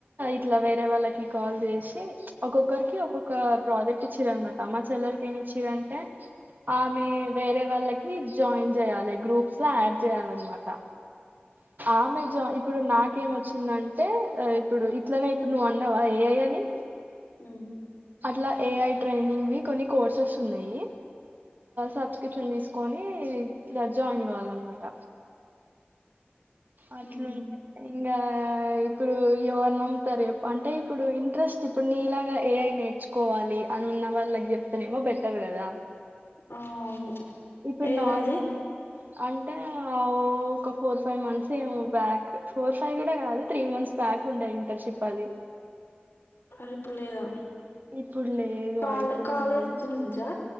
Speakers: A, on the right; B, on the left.
A: ఇట్లా వేరే వాళ్ళకి కాల్ చేసి, ఒక్కొక్కరికి ఒక్కొక్క ప్రాజెక్ట్ ఇచ్చిర్రు అన్నమాట. మా చెల్లెలికి ఏమి ఇచ్చిరంటే ఆమె వేరే వాళ్ళకి జాయిన్ చేయాలి, గ్రూప్స్ లో ఆడ్ చేయాలన్నమాట. ఆమె ఇప్పుడు నాకేం వచ్చిందంటే, ఇప్పుడు ఇట్లనే ఇప్పుడు నువ్వు అన్నావా ఏ ఐ అనీ
B: మ్మ్
A: అట్లా ఏ ఐ ట్రైనింగ్ కొన్ని కోర్సెస్ ఉన్నాయి. సబ్స్క్రిప్షన్ తీసుకొని ఇట్ల జాయిన్ కావాలన్నమాట. అట్లుంటే
B: ఉమ్
A: ఇంకా ఆ ఇప్పుడు ఎవరు నమ్ముతారు చెప్పు అంటే ఇప్పుడు ఇంట్రెస్ట్ ఇప్పుడు నీ లాగా ఏ అఐ నేర్చుకోవాలి అని ఉన్న వాళ్ళకి చెప్తనేమో బెటర్ కదా
B: అవును అవును
A: ఇప్పుడు
B: ఏడాది
A: నార్మల్ అంటే ఆ ఓ ఒక ఫోర్ ఫైవ్ మంత్స్ ఏమో బ్యాక్ ఫోర్ ఫైవ్ కూడా కాదు త్రీ మంత్స్ బ్యాక్ ఉండేయి ఇంటర్న్షి షిప్ అది
B: మరి ఇప్పుడు లేదా
A: ఇప్పుడు లేదు
B: కాలే
A: అయిపోయింది
B: కాలేజ్ నుంచా